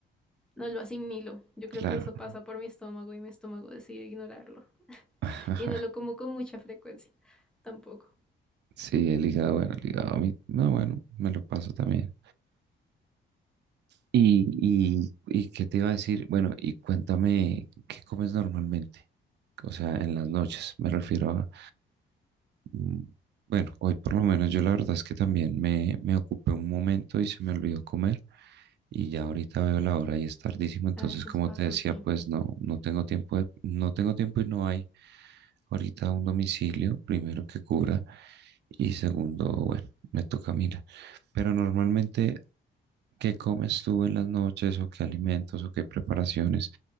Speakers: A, in the centre; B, on the right.
A: no lo asimilo. Yo creo
B: claro.
A: que eso pasa por mi estómago y mi estómago decide ignorarlo.
B: <laughs>
A: Y no lo como con mucha frecuencia. Tampoco.
B: Sí, el hígado, bueno, el hígado a mí, no, bueno, me lo paso también. Y, y, y qué te iba a decir, bueno, y cuéntame, ¿qué comes normalmente? O sea, en las noches, me refiero a, mm, bueno, hoy por lo menos yo la verdad es que también me, me ocupé un momento y se me olvidó comer y ya ahorita veo la hora y es tardísimo, entonces
A: A veces
B: como
A: pasa
B: te decía,
A: así.
B: pues no, no tengo tiempo de- no tengo tiempo y no hay ahorita un domicilio, primero que cubra y segundo, bueno, me toca mirar. Pero normalmente, ¿qué comes tú en las noches o qué alimentos o qué preparaciones?